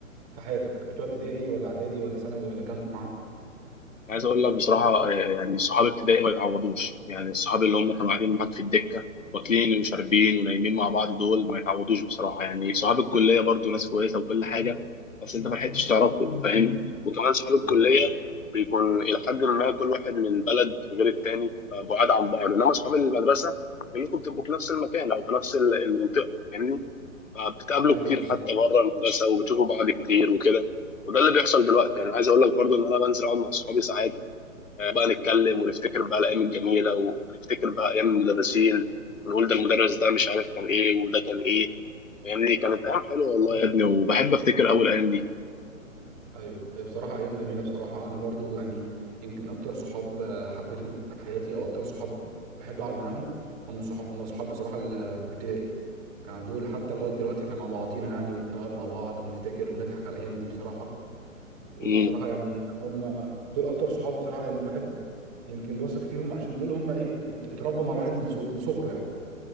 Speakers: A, on the right; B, on the left.
A: في حياتك بتوع ابتدائي ولا اعدادي ولا ثانوي ولا جامعه
B: عايز اقول لك بصراحه آه، يعني صحاب ابتدائي ما يتعوضوش يعني الصحاب اللي هم كانوا قاعدين معاك في الدكه واكلين وشاربين ونايمين مع بعض دول ما يتعوضوش بصراحه يعني صحاب الكليه برضو ناس كويسه وكل حاجه بس انت ما لحقتش تعرفهم فاهم؟ وكمان صحاب
A: بالظبط
B: الكليه بيكون الى حد ما كل بعد من بلد غير التاني فبعاد عن بعض انما اصحاب المدرسه كلكم بتبقوا في نفس المكان او في نفس المنطقه يعني فبتقابله
A: ايوه
B: كتير
A: بالظبط
B: حتى بره المدرسه وبتشوفوا بعض كتير وكده وده اللي بيحصل دلوقتي يعني عايز اقول لك برضو ان انا بنزل اقعد مع صحابي ساعات آه، بقى نتكلم ونفتكر بقى الايام الجميله ونفتكر بقى ايام المدرسين ونقول ده المدرس ده مش عارف كان ايه وده كان ايه فاهمني كانت ايام حلوه والله
A: بالظبط
B: يا ابني
A: كده
B: وبحب افتكر اول ايام
A: ايوه هي بصراحه ايام جميله بصراحه انا برضو يعني يمكن اكتر صحاب آه، حبيتهم في حياتي او اكتر صحاب بحب اقعد معاهم هم صحاب هم صحاب بصراحه الابتدائي يعني دول حتى لغايه دلوقتي احنا مع بعضينا يعني وبنقعد مع بعض ونفتكر ونضحك على الايام دي بصراحه وبصراحه
B: دي
A: يعني هم دول اكتر صحاب بصراحه يعني الواحد يمكن بيثق فيهم عشان دول هم ايه ات- اتربوا مع الواحد من صغ- من صغره يعني